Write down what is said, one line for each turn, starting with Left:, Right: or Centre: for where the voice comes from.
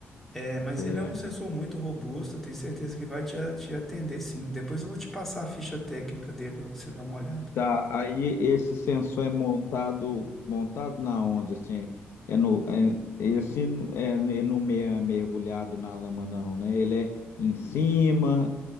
Centre: É, mas
Left: certo.
Centre: ele é um sensor muito robusto, eu tenho certeza que vai te, a- te atender sim. Depois eu vou te passar a ficha técnica dele para você dar uma olhada.
Left: Tá, aí esse sensor é montado, montado na onde, assim, é no, é- esse n- é, ele não me- é mergulhado na lama não, né? Ele é em cima,